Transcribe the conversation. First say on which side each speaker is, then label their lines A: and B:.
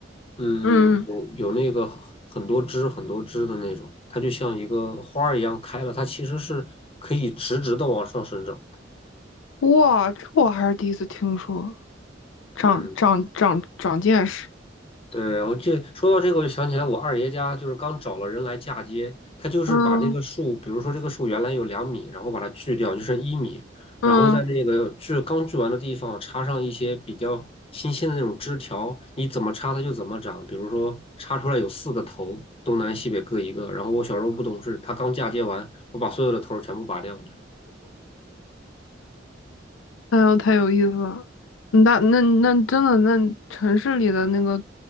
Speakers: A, on the left; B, on the left.
A: 嗯，
B: 嗯，
A: 有有那个很多枝很多枝的那种，它就像一个花儿一样开了，它其实是可以直直的往上生长。
B: 哇，这我还是第一次听说，长长长长见识。
A: 嗯。对，我这说到这个，我就想起来，我二爷家就是刚找了人来嫁接，他就是把那个树，
B: 嗯
A: 比如说这个树原来有两米，然后把它锯掉，就剩一米，
B: 嗯，
A: 然后在那个锯刚锯完的地方插上一些比较新鲜的那种枝条，你怎么插它就怎么长。比如说插出来有四个头，东南西北各一个。然后我小时候不懂事，他刚嫁接完，我把所有的头儿全部拔掉了。
B: 哎呦，太有意思了。嗯那那那真的，那城市里的那个